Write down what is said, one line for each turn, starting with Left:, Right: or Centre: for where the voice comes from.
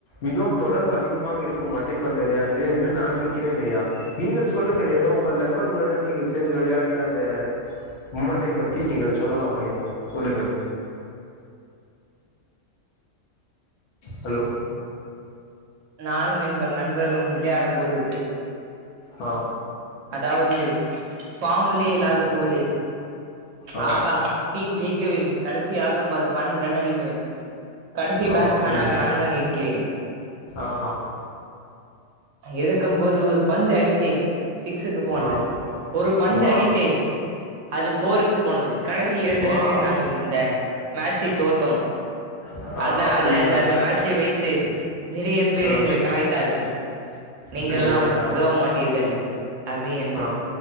Left: மிகவும் தொடர்பு அதிகமாக இருக்கும் மட்டைப்பந்து விளையாட்டு என்று நான் நினைக்கிறேன் ஐயா நீங்கள் சொல்லுங்கள் எ ந்த உங்கள் நண்பர்களுடன் நீங்கள் சேர்ந்து விளையாடிய அந்த மூமெண்ட்டை பத்தி நீங்கள் சொல்லலாம் ஐயா சொல்லுங்கள் ஹலோ
Right: நானும் என்க நண்பர்களும் விளையாடும் போது
Left: ஆ
Right: அதாவ்து ஃபாம்லி இல்லாத போது
Left: ஆ
Right: ஆஹா டீம் ஜெயிக்க வேணும் கடைசியாக பது பன்னண்டு ரன் அடிக்க வேண்டும் கடைசி
Left: ஆ
Right: பேட்ஸ்மேனாக
Left: அப்படிங்கிற
Right: நான் தான் இருக்கிறேன்
Left: ஆஹா
Right: இருக்கும் போது ஒரு பந்து அடித்தேன் சிக்ஸுக்கு போனது
Left: ஆ
Right: ஒரு பந்து
Left: வாவ்
Right: அடித்தேன் அது ஃபோருக்கு போனது கடைசி இரண்டு
Left: வாவ்
Right: ரன்கள் நாங்கள் இந்த மேச்சை தோர்த்தோம்
Left: ஆ
Right: அத
Left: அப்படிங்களா
Right: அத அந்த அந்த
Left: ஐயா
Right: மேட்சை வைத்து நிறைய பேர்
Left: ஆ
Right: எங்களை கலாய்த்தார்கள் நீங்கள்லாம்
Left: அப்படிங்களா ஐயா
Right: உதவ மாட்டீர்கள் அப்டி என்று
Left: ஆ